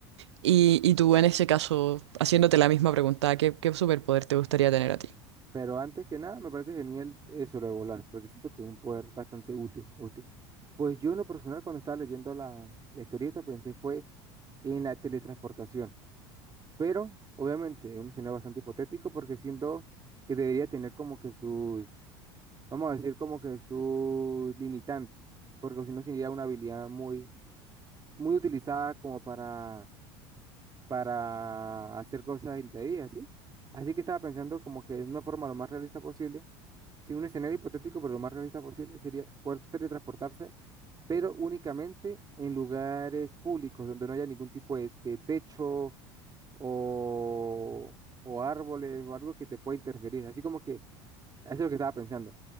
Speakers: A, on the right; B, on the right.
A: Y, y tú, en ese caso, haciéndote la misma pregunta, ¿qué, qué superpoder te gustaría tener a ti?
B: Pero antes que nada, me parece genial eso lo de volar, porque siento que es un poder bastante útil, útil. Pues yo en lo personal, cuando estaba leyendo la, la historieta, pensé fue en la teletransportación. Pero, obviamente, es un escenario bastante hipotético, porque siento que debería tener como que sus, vamos a decir, como que sus limitantes, porque si no sería una habilidad muy muy utilizada como para, para hacer cosas indebidas, ¿sí? Así que estaba pensando como que de una forma lo más realista posible, sí, un escenario hipotético, pero lo más realista posible sería poder teletransportarse, pero únicamente en lugares públicos donde no haya ningún tipo de, de techo o, o árboles o algo que te pueda interferir. Así como que eso es lo que estaba pensando,